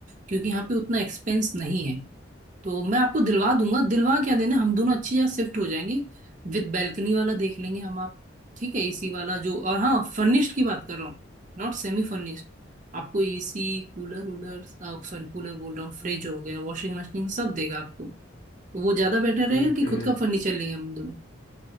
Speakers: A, on the right; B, on the left.
A: क्योंकि यहाँ पे उतना एक्सपेंस नहीं है तो मैं आपको दिलवा दूंगा दिलवा क्या देना हम दोनों अच्छी जगह शिफ्ट हो जाएंगे विद बैल्कनी वाला देख लेंगे हम आप ठीक है एसी वाला जो और हाँ फर्निश्ड की बात कर रहा हूँ नॉट सेमी फर्निश्ड आपको एसी कूलर वूलर सॉरी कूलर बोल रहा हूँ फ्रिज हो गया वॉशिंग मशीन सब देगा आपको तो वो ज्यादा बेटर रहेगा
B: ठीक
A: कि
B: है
A: खुद का फर्नीचर
B: ठीक
A: लेंगे हम दोनों